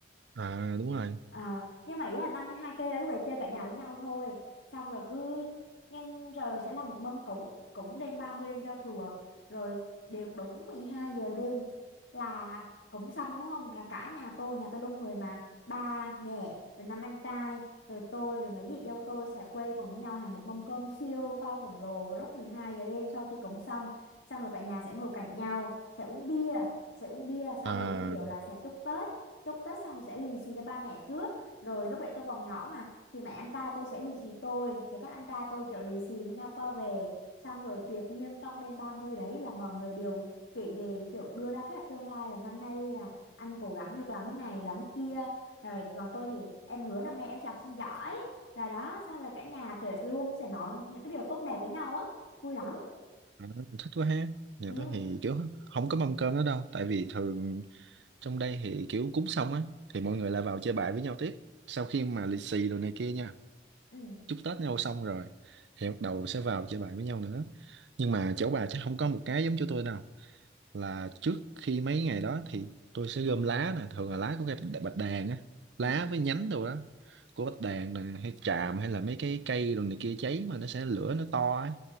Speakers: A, on the right (about 75°); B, on the left (about 85°).
A: à đúng rồi
B: Ờ, nhưng mà ý là 52 cây là lúc đấy chơi cả nhà với nhau thôi xong rồi cứ nhưng rồi sẽ làm một mâm cúng cúng đêm 30 đêm giao thừa rồi đều đúng 12 giờ đêm là cúng xong đúng không là cả nhà tôi nhà tôi đông người mà ba mẹ rồi năm anh trai rồi tôi rồi mấy chị dâu tôi sẽ quây quần với nhau hàng một mâm cơm siêu to khổng lồ vào lúc 12 giờ đêm sau khi cúng xong xong rồi cả nhà sẽ ngồi cạnh nhau sẽ uống bia sẽ uống bia xong
A: à
B: rồi như kiểu là sẽ chúc Tết chúc Tết xong rồi sẽ lì xì cho ba mẹ trước rồi lúc đấy tôi còn nhỏ mà thì mẹ anh trai tôi sẽ lì xì tôi rồi các anh trai tôi kiểu lì xì với nhau qua về xong rồi tuyệt nhiên trong đêm 30 đấy là mọi người đều kể về kiểu đưa ra kế hoạch tương lai là năm nay là anh cố gắng được làm cái này làm cái kia rồi còn tôi thì em hứa năm nay em sẽ học sinh giỏi rồi đó xong rồi cả nhà kiểu luôn sẽ nói những cái điều tốt đẹp với nhau á vui lắm
A: À, thích quá ha nhà
B: ừ
A: tôi thì kiểu không có mâm cơm nữa đâu tại vì thường trong đây thì kiểu cúng xong á thì mọi người lại vào chơi bài với nhau tiếp sau khi mà lì xì đồ này kia nha
B: ừ
A: chúc Tết nhau xong rồi thì bắt đầu sẽ vào chơi bài với nhau nữa nhưng mà chỗ bà chắc không có một cái giống chỗ tôi đâu là trước khi mấy ngày đó thì tôi sẽ gom lá nè thường là lá của cây bạch đàn á lá
B: ừ
A: với nhánh đồ đó của bạch đàn nè hay tràm hay là mấy cái cây đồ này kia cháy mà nó sẽ lửa nó to ấy